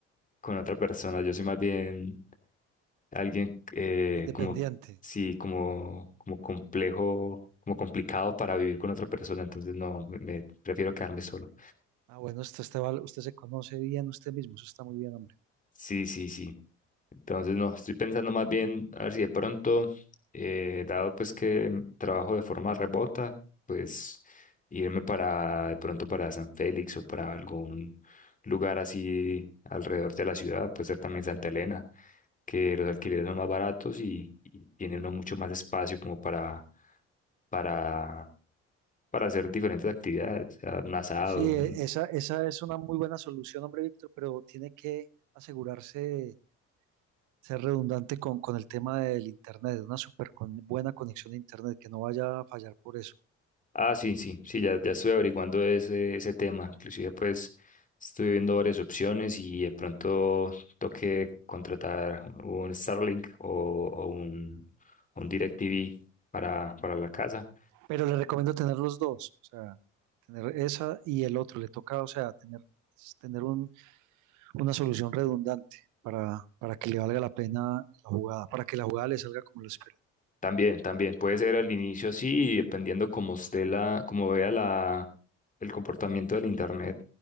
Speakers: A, on the left (about 25°); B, on the right (about 60°).
A: con otra persona. Yo soy más bien alguien eh,
B: Independiente.
A: como, sí, como, como complejo, como complicado para vivir con otra persona, entonces no, me, me- prefiero quedarme solo.
B: Ah, bueno, usted, está val- usted se conoce bien usted mismo, eso está muy bien, hombre.
A: Sí, sí, sí. Entonces, no, estoy pensando más bien a ver si de pronto, eh, dado pues que trabajo de forma remota, pues irme para de pronto para San Félix o para algún lugar así alrededor de la ciudad, puede ser también Santa Elena, que los alquileres son más baratos y, y tiene uno mucho más espacio como para, para, para hacer diferentes actividades, o sea, un asado,
B: Sí, e- esa, esa es una muy buena solución, hombre, Víctor, pero tiene que asegurarse ser redundante con, con el tema del internet, una súper con- buena conexión a internet, que no vaya a fallar por eso.
A: Ah, sí, sí, sí, ya, ya estoy averiguando ese, ese tema. Inclusive, pues, estoy viendo varias opciones y de pronto toque contratar un Starlink o, o un, un DirecTV para, para la casa.
B: Pero le recomiendo tener los dos, o sea, tener esa y el otro, le toca, o sea, tener, tener un- una solución redundante para, para que le valga la pena la jugada, para que la jugada le salga como lo espera.
A: También, también, puede ser al inicio así, y dependiendo cómo esté la, cómo vea la, el comportamiento del internet,